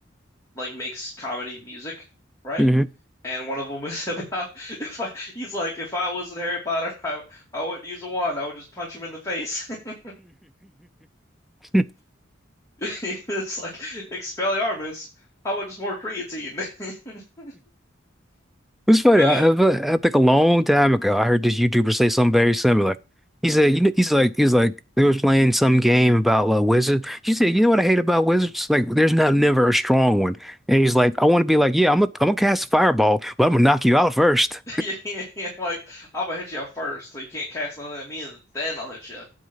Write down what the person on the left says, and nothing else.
like makes comedy music, right?
And one of them was about <laughs> if I, he's like, if I wasn't Harry Potter, I I wouldn't use a wand. I would just punch him in the face. <laughs>
It's like Expelliarmus. How about just more creatine? <laughs>
Uh,
<laughs> yeah, yeah, like I'm gonna hit you up first, so you can't cast nothing at me, and then I'll hit you